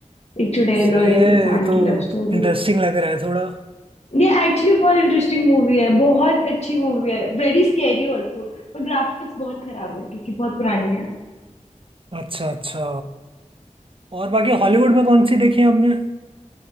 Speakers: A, on the left (about 50°); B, on the right (about 40°).
A: एक चुड़ैल
B: सही
A: और
B: है
A: एक इंसान
B: ये तो
A: की लव स्टोरी
B: इंटरेस्टिंग लग रहा है थोड़ा
A: ये एक्चुअली बहुत इंटरेस्टिंग मूवी है बहुत अच्छी मूवी है वेरी स्कैरी ऑल्सो पर ग्राफिक्स बहुत खराब है क्योंकि बहुत पुरानी है
B: अच्छा अच्छा और बाकी हॉलीवुड में कौन सी देखी है आपने